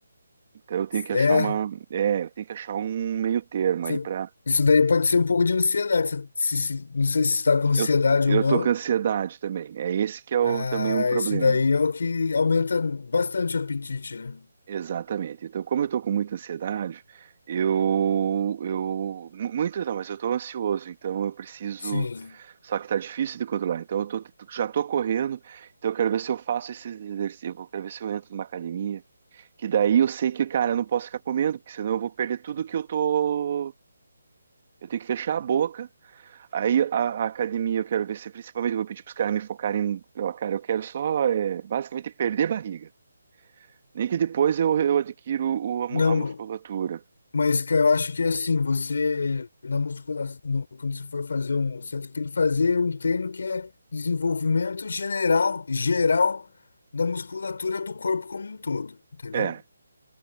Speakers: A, on the right; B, on the left.
A: Então eu tenho que achar
B: é,
A: uma. É, eu tenho que achar um meio termo
B: você-
A: aí pra.
B: isso daí pode ser um pouco de ansiedade, você- se, se- não sei se está com ansiedade
A: Eu, eu
B: ou não,
A: tô com ansiedade também. É esse que é o,
B: Ah,
A: também um problema.
B: isso daí é o que aumenta bastante o apetite, né?
A: Exatamente. Então, como eu tô com muita ansiedade, eu, eu, mu- muito não, mas eu tô ansioso, então eu preciso,
B: Sim.
A: só que tá difícil de controlar. Então, eu tô, já tô correndo, então eu quero ver se eu faço esses exercícios, eu quero ver se eu entro numa academia, que daí eu sei que, cara, eu não posso ficar comendo, porque senão eu vou perder tudo que eu tô, eu tenho que fechar a boca Aí a, a academia eu quero ver se principalmente eu vou pedir para os caras me focarem. Ó, cara, eu quero só é, basicamente perder barriga. Nem que depois eu, eu adquiro o- a, mu-
B: Não,
A: a musculatura.
B: mas cara, eu acho que é assim, você na musculação, no- quando você for fazer um, você tem que fazer um treino que é desenvolvimento general, geral da musculatura do corpo como um todo, entendeu?
A: É,